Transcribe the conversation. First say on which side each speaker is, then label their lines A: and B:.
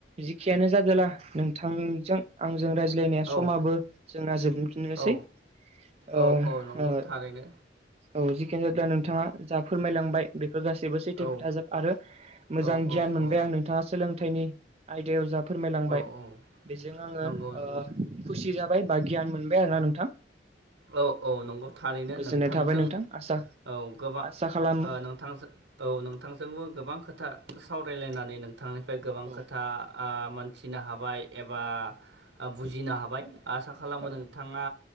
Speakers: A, on the right; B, on the right.
A: जेखियानो जादोंला नोंथांजों आंजों राय लायनाया
B: औ
A: समाबो जोंना जोबनोसै।
B: औ
A: ओ-ओ
B: औ औ नंगौ थारैनो
A: औ जिखियानो जादोला नोंथाङा जा फोरमायलांबाय बे फोर गासैबो सैथो
B: औ
A: खोथाजोब आरो मोजां
B: औ
A: गियान
B: औ
A: मोनबाय
B: औ
A: आं नोंथाङा सोलोंथाइनि आयदायाव जाब फोरमायलांबाय
B: औ औ
A: बेजों आङो
B: नंगौ नंगौ
A: ओ खुसि जाबाय। बाय बा गियान मोनबाय आरोना नोंथां।
B: औ- औ नंगौ थारैनो
A: गोजोननाय
B: नोंथांजों
A: थाबाय नोंथां आसा
B: औ गोबा
A: आसा खालामो
B: ओ नोंथांजो औ नोंथांजोंबो गोबां खोथा साव सावरायलायनानै नोंथांनिफ्राय गोबां
A: औ
B: खोथा मोनथिनो हाबाय एबा बुजिनो हाबाय आसा खालामो
A: औ
B: नोंथाङा